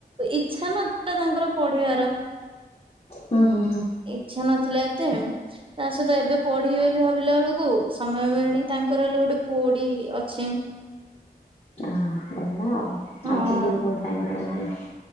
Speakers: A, on the right; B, on the left.
A: ଇଛା ନ ତାଙ୍କର ପଢିବାର
B: ହୁଁ ହୁଁ ହୁଁ
A: ଇଛା ନଥିଲା ଏତେ ତା ସହିତ ଏବେ ପଢିବି ବୋଲି ଭାବିଲା ବେଳକୁ ସମୟ ମିଳନି ତାଙ୍କର ହେଲେ ଗୋଟେ ପୁଡି ଅଛି।
B: ହଁ ହେଲା ଆଉ
A: ହଁ
B: ଆଉ ତ ବିଲକୁଲ ଟାଇମ ନାହିଁ।